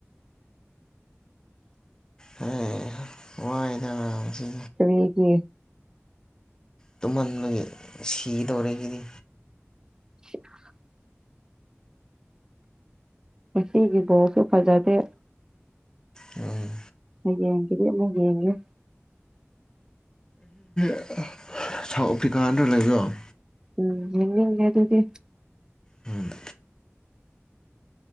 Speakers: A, on the left; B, on the right.
A: ꯍꯩ ꯋꯥꯏꯗ ꯉꯁꯤ
B: ꯀꯔꯤꯒꯤ
A: ꯇꯨꯝꯃꯟꯕꯒꯤ ꯁꯤꯗꯧꯔ‌ꯦ ꯁꯤꯗꯤ
B: <unintelligible> ꯉꯁꯤꯒꯤ ꯕ‌ꯣꯜꯁꯨ ꯐꯖꯗꯦ
A: ꯎꯝ
B: ꯍꯌ‌ꯦꯡꯒꯤꯗ ꯑꯃꯨꯛ ꯌ‌ꯦꯡꯒ‌ꯦ
A: <inaudible> ꯁꯥꯎꯠ ꯑꯐ꯭ꯔꯤꯀꯥꯗ꯭ꯔ ꯂꯩꯕꯗ‌ꯣ
B: ꯎꯝ ꯌꯦꯡꯅꯤꯡꯗꯦ ꯑꯗꯨꯗꯤ
A: ꯎꯝ